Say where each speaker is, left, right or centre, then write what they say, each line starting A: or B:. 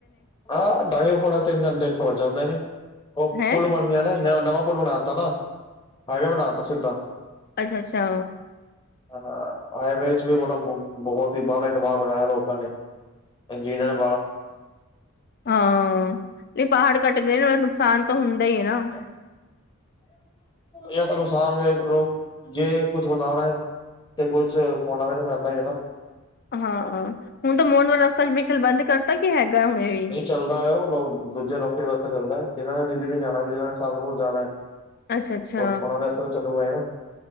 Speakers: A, on the left; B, on the left.
A: ਹਾਂ ਢਾਈ ਪੋਣੇ ਤਿੰਨ ਘੰਟੇ 'ਚੱ, ਪਹੁੰਚ ਜਾਂਦੇ ਨੇ। ਉਹ
B: ਹੈਂ
A: ਪੁਲ ਬਣ ਗਿਆ ਨਾ, ਨਵਾਂ ਪੁਲ ਬਣਾਤਾ ਨਾ, ਹਾਈਵੇ ਬਣਾ ਦਿੱਤਾ ਸਿੱਧਾ।
B: ਅੱੱਛਾ।
A: ਹਾਂ ਹਾਈਵੇ 'ਚ ਵੀ ਬੜਾ ਬਹੁਤ ਹੀ, ਬਾਹਲਾ ਹੀ ਦਿਮਾਗ ਲਗਾਇਆ ਲੋਕਾਂ ਨੇ, ਇੰਜੀਨੀਅਰਾਂ
B: ਹਾਂ ਨਹੀਂ ਪਹਾੜ ਕੱਟਦੇ ਨਾ, ਨੁਕਸਾਨ ਤਾਂ ਹੁੰਦਾ ਹੀ ਹੈ ਨਾਂ।
A: ਹਾਂ। <unintelligible> ਜਾਂ ਤਾਂ ਨੁਕਸਾਨ ਵੇਖ ਲਓ, ਜੇ ਕੁੱਛ ਵਧਾਉਣਾ ਹੈ ਤੇ ਕੁੱਛ, ਖੋਣਾ ਵੀ ਤਾਂ ਪੈਂਦਾ ਹੀ ਹੈ।
B: ਹਾਂ, ਹੁਣ ਤਾਂ ਮੋਨਵ ਰਸਤਾ 'ਚ ਮਿਕਸਲ ਬੰਦ ਕਰਤਾ, ਕੀ ਹੈਗਾ ਹੁਣ ਇਹ?
A: ਨਹੀਂ ਚੱਲਦਾ ਹੈ, ਉਹ ਦੂਜੇ ਲੋਕਾਂ ਵਾਸਤੇ ਚੱਲਦਾ ਹੈ। ਜਿਹਨਾਂ ਨੇ ਦਿੱਲੀ ਨੇ ਜਾਣਾ, ਜਿਹਨਾਂ ਨੇ ਸਹਾਰਨਪੁਰ ਜਾਣਾ ਹੈ।
B: ਅੱਛਾ, ਅੱਛਾ।
A: ਉਹ- ਉਹਨਾਂ ਦੇ ਵਾਸਤੇ ਤਾਂ ਚੱਲੂਗਾ ਹੀ ਨਾ